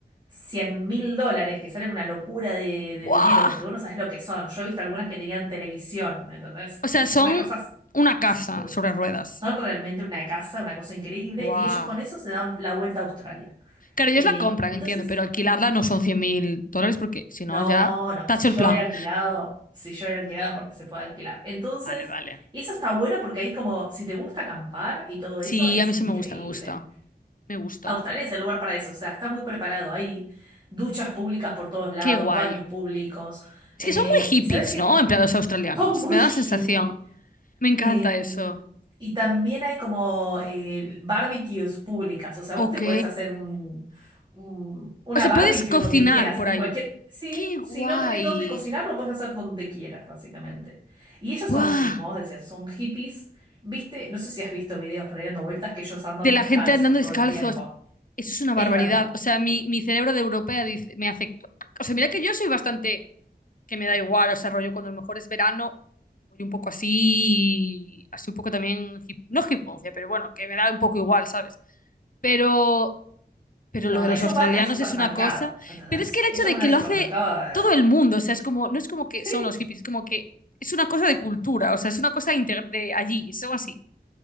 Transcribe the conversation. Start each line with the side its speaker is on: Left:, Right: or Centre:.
Right: cien mil dólares, que salen una locura de, de
Left: ¡Buah!
Right: dinero, porque vos no sabés lo que son. Yo he visto algunas que tenían televisión, ¿entendés?
Left: O sea, son
Right: Una cosa,
Left: una casa
Right: eh,
Left: sobre ruedas.
Right: son realmente una casa, una cosa increíble,
Left: ¡Buah!
Right: y ellos con eso se dan la vuelta a Australia.
Left: Claro, ellos
Right: Eh,
Left: la compran,
Right: entonces,
Left: entiendo, pero alquilarla no son cien mil dólares porque si no,
Right: no,
Left: ya
Right: no,
Left: tacho
Right: si yo
Left: el plan.
Right: he alquilado, si yo he alquilado es porque se puede alquilar. Entonces,
Left: Vale, vale.
Right: eso está bueno porque ahí como, si te gusta acampar y todo eso,
Left: Sí,
Right: es
Left: a mí eso
Right: increíble.
Left: me gusta, me gusta. Me gusta.
Right: Australia es el lugar para eso, o sea, está muy preparado. Hay duchas públicas por todos lados,
Left: Qué guay.
Right: baños públicos.
Left: Es
Right: eh,
Left: que son muy hippies,
Right: y sabes que
Left: ¿no? En plan, los australianos.
Right: son <laughs> muy
Left: Me da
Right: hippies.
Left: la sensación. Me encanta
Right: Em,
Left: eso.
Right: y también hay como eh, barbecues públicas. O sea,
Left: Ok.
Right: vos te podés hacer un, un- una
Left: O sea,
Right: barbecue
Left: puedes cocinar
Right: en donde quieras.
Left: por
Right: En
Left: ahí.
Right: cualquier. Sí,
Left: Qué guay.
Right: si no tenés dónde cocinar, lo puedes hacer donde quieras, básicamente. Y ellos
Left: ¡Buah!
Right: son, sí, como vos decías, son hippies. ¿Viste? No sé si has visto videos por ahí dando vueltas que ellos andan
Left: de
Right: descalzos
Left: la gente andando descalzos.
Right: todo el tiempo.
Left: Eso es una barbaridad.
Right: Es verdad.
Left: O sea, mi, mi cerebro de europea dice, me hace... O sea, mira que yo soy bastante... que me da igual, o sea, rollo cuando a lo mejor es verano, voy un poco así, así un poco también, hip- no hiponcia, pero bueno, que me da un poco igual, ¿sabes? Pero, pero
Right: No,
Left: lo de
Right: ellos
Left: los australianos
Right: van al supermercado,
Left: es una cosa,
Right: ¿entendés?
Left: pero es que el hecho
Right: Ellos
Left: de
Right: van
Left: que
Right: al supermercado.
Left: lo hace
Right: al-
Left: todo el mundo, o sea, es como, no es como que
Right: Sí,
Left: son los hippies, es como que es una cosa de cultura, o sea, es una cosa integ- de allí, es algo así,